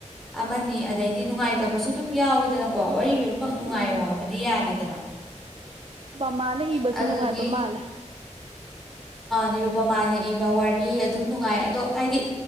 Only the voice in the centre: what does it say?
ꯑꯃꯅꯤ ꯑ ꯑꯗꯩꯗꯤ ꯅꯨꯡꯉꯥꯏꯇꯕꯁꯨ ꯑꯗꯨꯝ ꯌꯥꯎꯋꯤꯗꯅꯀꯣ ꯋꯥꯔꯤ ꯂꯣꯏꯅꯃꯛ ꯅꯨꯡꯉꯥꯏꯌꯣ
ꯑꯕꯗꯤ ꯌꯥꯗꯦꯗꯅ
ꯑꯗꯨꯗꯨꯒꯤ
ꯅꯤꯔꯨꯄꯃꯥꯅ ꯏꯕ ꯋꯥꯔꯤ ꯑꯗꯨꯝ ꯅꯨꯡꯉꯥꯏ ꯑꯗꯣ ꯍꯥꯏꯗꯤ